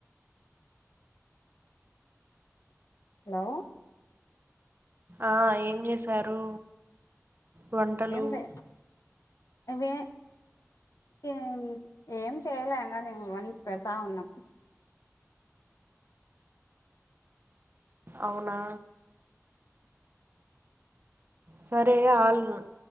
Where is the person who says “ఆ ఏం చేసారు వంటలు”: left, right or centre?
Right